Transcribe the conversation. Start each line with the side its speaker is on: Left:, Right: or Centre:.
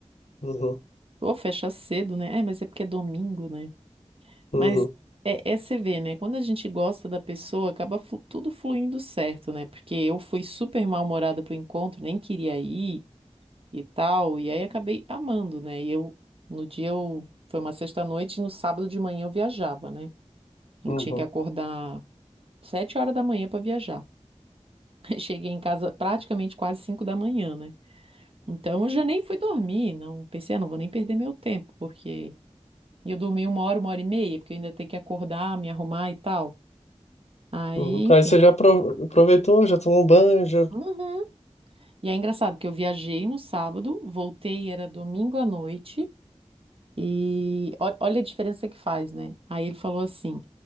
Left: Uhum,
Right: Ou fecha cedo, né? É, mas é porque é domingo, né? Mas
Left: uhum,
Right: é, é você vê, né? Quando a gente gosta da pessoa, acaba flu- tudo fluindo certo, né? Porque eu fui super mal-humorada pro encontro, nem queria ir e tal, e aí acabei amando, né? E eu, no dia eu, foi uma sexta-noite, e no sábado de manhã eu viajava, né? Eu
Left: uhum,
Right: tinha que acordar sete horas da manhã para viajar. <laughs> Cheguei em casa praticamente quase cinco da manhã, né? Então eu já nem fui dormir, não pensei, ah, não vou nem perder meu tempo, porque e eu dormi uma hora, uma hora e meia, porque eu ainda tenho que acordar, me arrumar e tal. Aí,
Left: uhum.
Right: enfim.
Left: Aí você já apro- aproveitou, já tomou um banho, já.
Right: Uhum. E é engraçado que eu viajei no sábado, voltei, era domingo à noite, e ó- olha a diferença que faz, né? Aí ele falou assim: